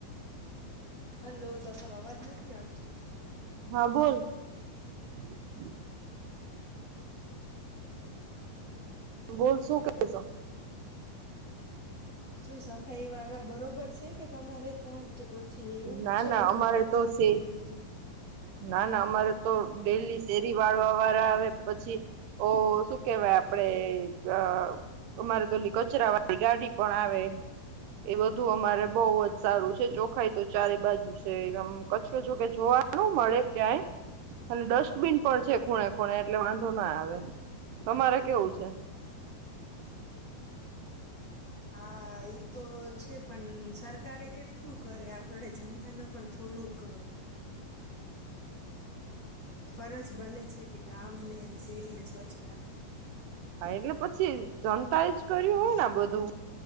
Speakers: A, on the left; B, on the right.
A: હલો તમારો અવાજ નથી આવતો.
B: હા બોલ <inaudible> બોલ શું કરો છો?
A: શું સફાઈ વાળા બરોબર છે કે તમારે. ત્યાં કે પછી એવું
B: ના
A: જ છે
B: ના
A: બધું
B: અમારે
A: નિકાલ
B: તો સે
A: ને બધું
B: ના ના અમારે તો ડેલી શેરી વાળવા વાળા આવે પછી ઓ શું કેવાય આપડે અ અમારે તોલી કચરા વાળી ગાડી પણ આવે. એ બધું અમારે બહુ જ સારું. છે ચોખાઈ તો ચારે બાજુ છે આમ કચરો જો કે જોવા ન મળે ક્યાંય અને ડસ્ટબીન પણ છે ખૂણા ખૂણા એટલે વાંધો ના આવે તમારે કેવું છે?
A: હા એ તો છે પણ સરકારે કેટલું કરે આપડે જનતા નું પણ થોડુંક ફરજ બને છે કે ગામને અને શેરીને સ્વચ્છ રાખવી.
B: હા એટલે પછી જનતા એ જ કર્યું હોય ને બધું